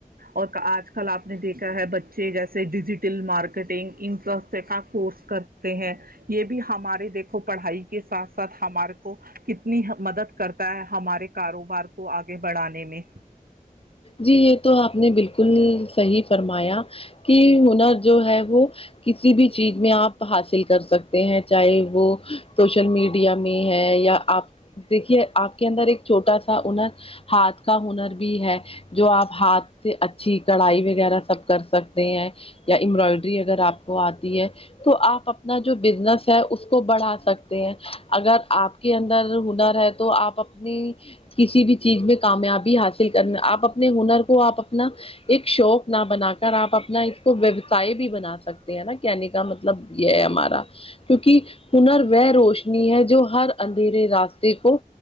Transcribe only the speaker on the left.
جی یہ تو آپ نے بالکل صحیح فرمایا کی ہنر جو ہے وہ کسی بھی چیز میں آپ حاصل کر سکتے ہیں چاہے وہ سوشل میڈیا میں ہے یا آپ دیکھیے آپ کے اندر ایک چھوٹا سا ہنر ہاتھ کا ہنر بھی ہے جو آپ ہاتھ سے اچھی کڑھائی وغیرہ سب کر سکتے ہیں یا امبرائڈری اگر آپ کو آتی ہے تو آپ اپنا جو بزنس ہے اس کو بڑھا سکتے ہیں اگر آپ کے اندر ہنر ہے تو آپ اپنی کسی بھی چیز میں کامیابی حاصل کرنے آپ اپنے ہنر کو آپ اپنا ایک شوق نہ بنا کر آپ اپنا اس کو و چائی بھی بنا سکتے ہیں نا کہنے کا مطلب یہ ہے ہمارا کیونکہ ہنر وہ روشنی ہے جو ہر اندھیرے راستے کو